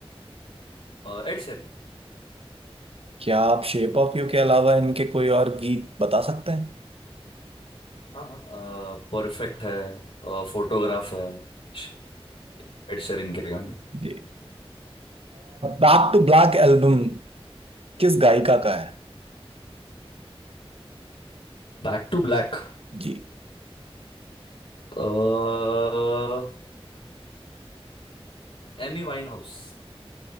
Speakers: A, on the left; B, on the right.
A: अ, एड शेरिन
B: क्या आप शेप ऑफ यू के अलावा इनके कोई और गीत बता सकते हैं
A: हाँ हाँ परफेक्ट है अ, फोटोग्राफ है श- एड शेरिन के गाने
B: जी बैक टू ब्लैक एल्बम किस गायिका का है
A: Back to black
B: जी
A: अ, एमी वाइनहाउस